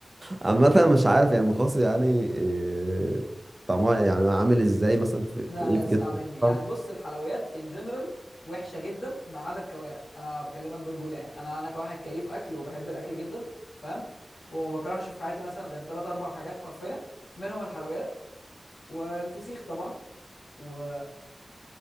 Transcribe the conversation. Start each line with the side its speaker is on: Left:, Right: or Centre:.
Right: عامة مش عارف يعني المخاص يعني إيه، طعمها يعني عامل ازاي مثلا في في
Left: لا
Right: ايه
Left: لا
Right: في
Left: اسمع
Right: جسم
Left: مني يعني
Right: ما
Left: بص الحلويات ان جنرال وحشه جدا ما عدا الكوارع انا بكلمك برجوله يعني انا انا كواحد كيف اكل وبحب الاكل جدا فاهم وما بكرهش في حياتي مثلا غير ثلاث اربع حاجات حرفيا منهم الحلويات والفسيخ طبعا و...